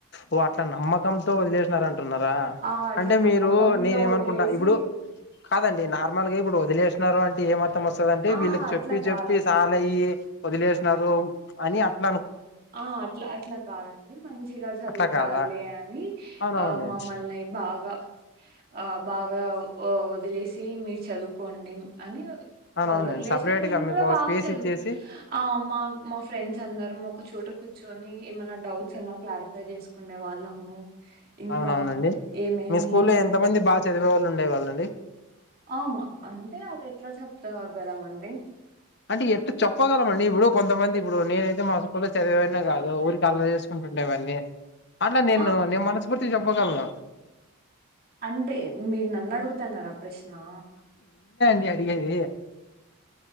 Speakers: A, on the left; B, on the right.
A: ఓ అ నమ్మకంతో వదిలేసినార న్నారా
B: ఆ! అట్లా
A: అంటే
B: నమ్మకంతో
A: మీరు నేనే ఏమనుకుంటా
B: వదిలేసి
A: ఇప్పుడు కాదండి నార్మల్ గా ఇప్పుడు వదిలేసిన్నారు అంట ఏమ్మ్ మం వస్తుదంటే
B: ఆ!
A: వీళ్ళకి
B: అట్లా
A: చెప్పి
B: కాదట్లా.
A: చెప్పి సాలయ్యి వదిలేసినారు అని అట్
B: ఆ అట్లా అట్లా కాదండి మం గా చదువు
A: అట్లా
B: ఉతారులే
A: కాదా
B: అని
A: అవునవునండి
B: అ మమ్మల్ని బాగా బ ఆ బాగా ఒ వదిలేసి మీరు చదువుకోండి అని
A: అవునవునండి
B: వాల్ వదిలేసినా
A: సపరేట్
B: మేము
A: గా మీకు
B: కూడా బాగా
A: స్పేస్
B: చదువు
A: ఇచ్చేసి
B: ఆ మా మా ఫ్రెండ్స్ అందరము ఒక్ చోట కూర్చొని ఏమైనా డౌట్స్ వున్నా క్లారిఫై చేసుకునే వాళ్ళము ఇంకా
A: అవునవునండి
B: ఏమేమి
A: మీ స్కూల్ లో ఎంత మంది బాగ్ చదివే వాళ్ళు ఉండే వాళ్ళండి
B: ఆమా అంటే అది ఎట్లా చెప్తావ్ కదామండి
A: అంటే ఎట్లా చెప్పగలమండి ఇప్పుడు కొంతమంది ఇప్పుడు నేనైతే మా స్కూల్లో చదివే వానే కాదు ఊరికి అల్లరి చేసుకుంటుండేవాన్నీ అన్న నేను
B: ఆ
A: నేన్ మనస్ స్ఫూర్తి తీ చెప్పగల్నా
B: అంటే మీరు నన్ను అడుగుతన్నారా ప్రశ్నా
A: న్నే అడిగేది